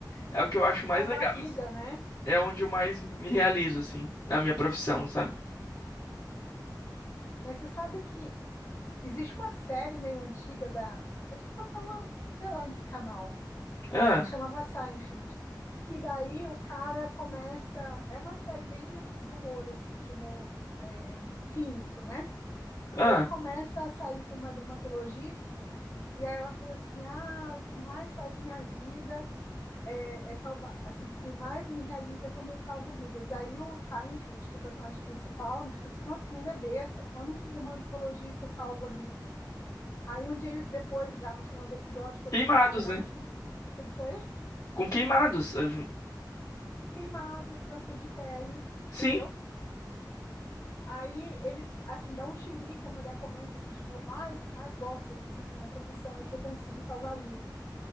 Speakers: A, on the left; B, on the left.
A: é o que eu acho mais
B: salvar
A: legal,
B: a vida,
A: assim.
B: né?
A: É onde eu mais me realizo, assim, na minha profissão, sabe?
B: Mas você sabe que existe uma série meio antiga da, acho que passava, sei lá em que canal,
A: Ah,
B: que chamava Seinfeld, que daí o cara começa, é uma série bem de, de humor, assim, de humor cínico, né?
A: ah,
B: E Ele começa a sair com uma dermatologista e aí ela falou assim: "Ah, o que mais faz minha vida é, é salvar, assim, o que mais me realiza é quando eu salvo vidas". Aí o Seinfeld, que é o personagem principal, né, fica assim: "Nossa, que mulher besta, quando que dermatologista salva a vida?". Aí um dia depois, já no final do episódio, quando
A: queimados,
B: ele já dá
A: né?
B: um fim, o que que foi?
A: Com queimados. ah,
B: Queimados, câncer de pele,
A: Sim,
B: entendeu? Aí ele assim dá um chilique, a mulher comenta isso de novo, ai, o que mais gosto assim na minha profissão é que eu consigo salvar vidas.